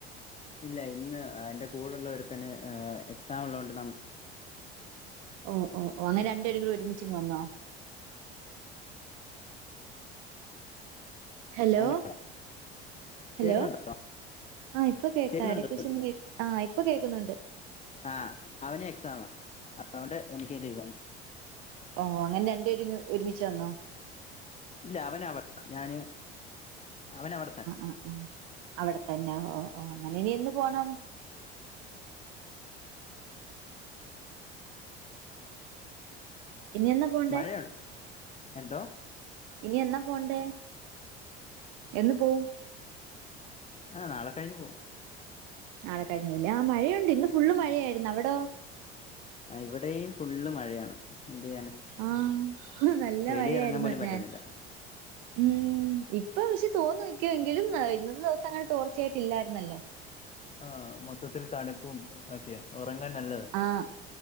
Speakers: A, on the left; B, on the right.
A: ഇല്ല ഇന്ന് എന്റെ കൂടെള്ള ഒരുത്തന് എക്സാം ഉള്ളോണ്ട് നാം
B: ഓഹ് ഓഹ് ഓഹ് അങ്ങന രണ്ടപെരങ് ഒരുമിച്ചിങ് വന്നോ? ഹലോ
A: അവന്
B: ഹലോ
A: കേൾക്കുന്നുണ്ടോ
B: ആഹ് ഇപ്പൊ കേൾക്കാ
A: കേൾക്കുന്നുണ്ടോ
B: ഇടക്കചൊന്ന് കേ ആഹ് ഇപ്പൊ കേൾക്കുന്നുണ്ട്.
A: ആ അവന് എക്സാം അതുകൊണ്ട് എനിക്ക് ലീവയി.
B: ഓഹ് അങ്ങനെ രണ്ടപെര്ങ് ഒരുമിച്ച് വന്നോ?
A: ഇല്ല അവനവിടെ ഞാന് അവനവിടെത്ത
B: ആ ഓ അവിടെത്തന്നെ ഓഹ് ഓഹ് അങ്ങനെ ഇനിയെന്ന് പോണം? ഇനിയെന്ന പോണ്ടേ?
A: മഴയുണ്ട് എന്തോ
B: ഇനി എന്നാ പോണ്ടേ എന്ന് പോവും?
A: ആഹ് നാളെ കഴിഞ് പോവും.
B: നാളെ കഴിഞ് പോലെ ആഹ് മഴയുണ്ട് ഇന്ന് ഫുള്ള് മഴയായിരുന്നു അവിടോ?
A: ആഹ് ഇവിടെയും ഫുള്ള് മഴയാണ് എന്ത് ചെയ്യാന?
B: ആഹ് നല്ല
A: വെളി
B: മഴയായിരുന്നു
A: ഇറങ്ങാൻ പോലും പറ്റുന്നില്ല
B: ഞാൻ ഉം ഇപ്പൊ പക്ഷെ തോന്നക്കുവങ്കിലും ഇന്നത്തെ ദിവസം അങ്ങനെ തോർച്ചയായിട്ടല്ലായിരുന്നല്ലോ?
A: ആഹ് മൊത്തത്തിൽ തണുപ്പും ഒക്കെ ഉറങ്ങാൻ നല്ലതാ.
B: ആഹ്